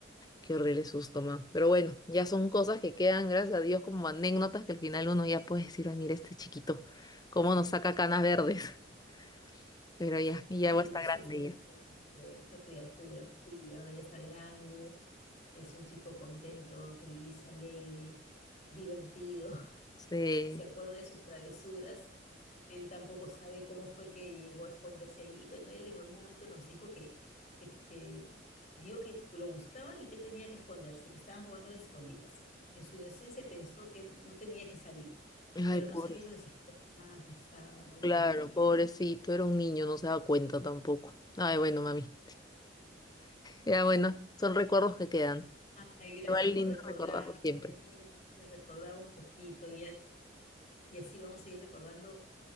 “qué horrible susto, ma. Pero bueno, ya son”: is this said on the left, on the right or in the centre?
Left